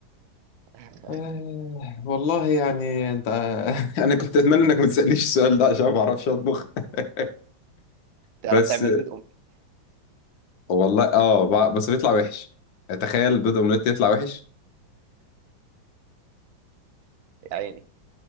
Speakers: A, on the right; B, on the left.
A: <laughs>
B: آه والله يعني انت <laughs> انا كنت اتمنى انك ما تسالنيش السؤال ده عشان ما بعرفش اطبخ <laughs>
A: تعرف
B: بس
A: تعمل بيض ام
B: والله اه بع- بس بيطلع وحش تخيل بيض اومليت يطلع وحش
A: يا عيني